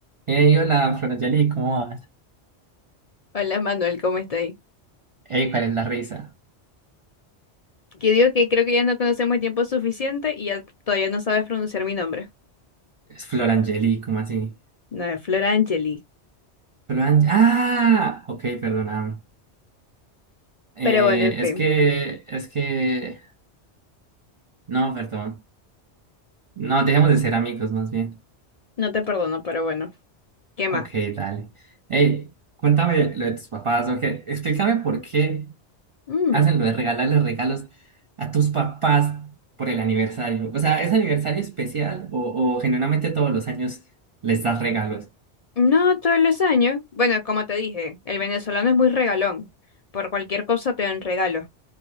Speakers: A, on the right; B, on the left.
A: Hey, hola, Florangeli, ¿cómo vas?
B: Hola Manuel, ¿cómo estáis?
A: Hey, ¿cuál es la risa?
B: Que digo que creo que ya no conocemos el tiempo suficiente y ya todavía no sabes pronunciar mi nombre.
A: Es Florangeli, ¿cómo así?
B: No es Flora Angeli.
A: Floran... ¡Ah! Ok, perdóname. Eh,
B: Pero bueno, en fin,
A: es que, es que... No, perdón. No, dejemos de ser amigos, más bien.
B: no te perdono, pero bueno. ¿Qué más?
A: Ok, dale. Hey, cuéntame lo de tus papás, ok. Explícame por qué
B: Mm,
A: hacen lo de regalarles regalos a tus papás por el aniversario. O sea, ¿es aniversario especial o, o genuinamente todos los años les das regalos?
B: no todos los años. Bueno, como te dije, el venezolano es muy regalón. Por cualquier cosa te dan regalo.